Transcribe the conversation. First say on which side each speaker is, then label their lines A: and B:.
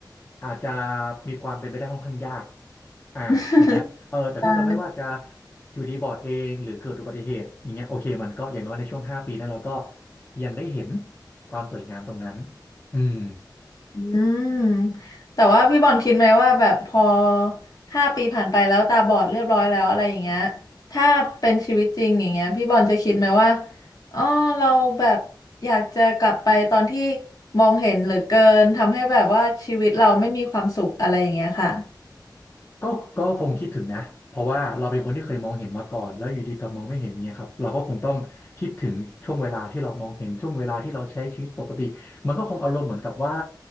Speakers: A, on the left; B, on the left.
A: อาจจะมีความเป็นไปได้ค่อนข้างยากอ่าอย่างเงี้ยเออแต่พี่รู้สึกไม่ว่าจะ
B: <laughs> ใช่
A: อยู่ดีบอดเองหรือเกิดอุบัติเหตุอย่างเงี้ยโอเคมันก็อย่างน้อยในช่วงห้าปีนั้นเราก็ยังได้เห็นความสวยงามตรงนั้นอืม
B: อืมแต่ว่าพี่บอลคิดไหมว่าแบบพอห้าปีผ่านไปแล้วตาบอดเรียบร้อยแล้วอะไรอย่างเงี้ยถ้าเป็นชีวิตจริงอย่างเงี้ยพี่บอลจะคิดไหมว่าอ๋อเราแบบอยากจะกลับไปตอนที่มองเห็นเหลือเกินทำให้แบบว่าชีวิตเราไม่มีความสุขอะไรอย่างเงี้ยค่ะ
A: ก็ก็คงคิดถึงนะเพราะว่าเราเป็นคนที่เคยมองเห็นมาก่อนแล้วอยู่ดีกลับมองไม่เห็นเงี้ยครับเราก็คงต้องคิดถึงช่วงเวลาที่เรามองเห็นช่วงเวลาที่เราใช้ชีวิตปกติมันก็คงอารมณ์เหมือนกับว่า